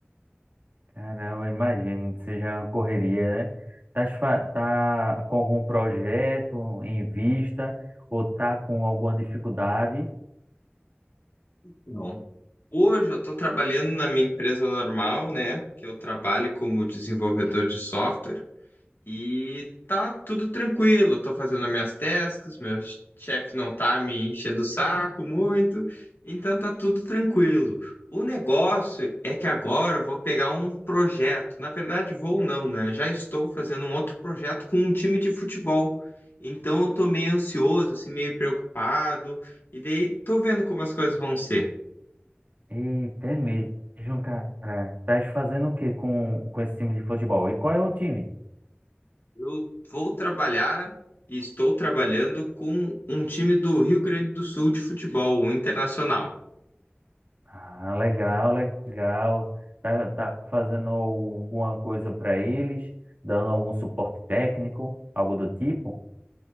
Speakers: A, on the right; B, on the left.
A: Caramba, imagino que seja uma correria, né? Tá, fa- tá com algum projeto em vista ou tá com alguma dificuldade?
B: Bom, hoje eu tô trabalhando na minha empresa normal, né? Que eu trabalho como desenvolvedor de software. E tá tudo tranquilo, tô fazendo as minhas tasks, meu chefe não tá me enchendo o saco muito, então tá tudo tranquilo. O negócio é que agora eu vou pegar um projeto, na verdade vou não, né? Já estou fazendo um outro projeto com um time de futebol. Então eu tô meio ansioso, assim, meio preocupado, e daí tô vendo como as coisas vão ser.
A: Eita, é mesmo, cara. Tá fazendo o que com, com esse time de futebol? E qual é o time?
B: Eu vou trabalhar e estou trabalhando com um time do Rio Grande do Sul de futebol, o Internacional.
A: Ah, legal, legal. Tá, tá fazendo alguma coisa para eles, dando algum suporte técnico, algo do tipo?